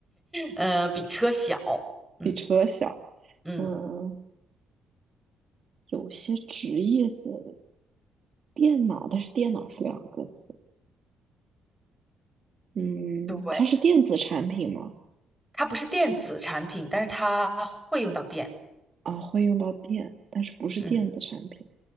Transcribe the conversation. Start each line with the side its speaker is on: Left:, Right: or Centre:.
Centre: 呃，比车小，嗯
Right: 比车小。
Centre: 嗯，
Right: 嗯、有些职业的电脑，但是电脑是两个字，嗯，
Centre: 对，
Right: 它是电子产品吗？
Centre: 它不是电子产品，但是它会用到电，
Right: 啊，会用到电，但是不是电子产品？
Centre: 嗯